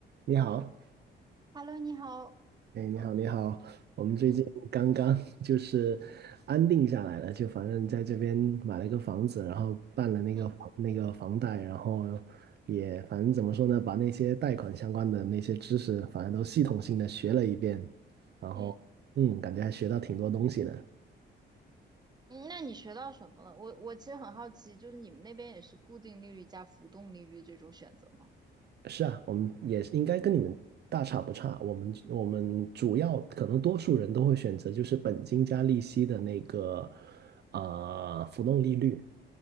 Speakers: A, on the right (about 55°); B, on the right (about 20°).
A: 你好，
B: Hello，你好。
A: 哎，你好，你好，我们最近刚刚
B: 嗯
A: <laughs> 就是安定下来了，就反正在这边买了一个房子，然后办了那个房那个房贷，
B: 嗯
A: 然后也反正怎么说呢，把那些贷款相关的那些知识，反正都系统性的学了一遍，然后嗯，
B: 嗯，
A: 感觉还学到挺多东西的。
B: 嗯，那你学到什么了？我我其实很好奇，就是你们那边也是固定利率加浮动利率这种选择吗？
A: 是啊，我们也是应该跟你们大差不差，我们我们主要可能多数人都会选择就是本金加利息的那个呃浮动利率。